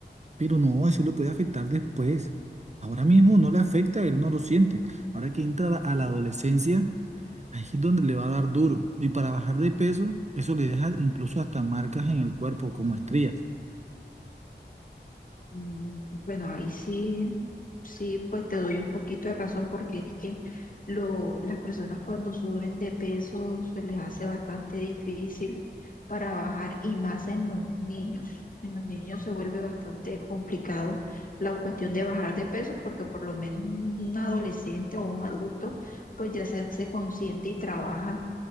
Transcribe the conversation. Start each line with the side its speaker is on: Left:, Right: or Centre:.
Right: Pero no, eso le puede afectar después. Ahora mismo no le afecta, él no lo siente. Ahora que entra la- a la adolescencia, ahí es donde le va a dar duro. Y para bajar de peso, eso le deja incluso hasta marcas en el cuerpo, como estrías.
Left: Mm, Bueno, ahí sí Sí, pues te doy un poquito de razón porque es que lo, las personas cuando suben de peso se les hace bastante difícil para bajar y más en los niños. En los niños se vuelve bastante complicado la cuestión de bajar de peso porque por lo menos un, un adolescente o un adulto pues ya se hace consciente y trabaja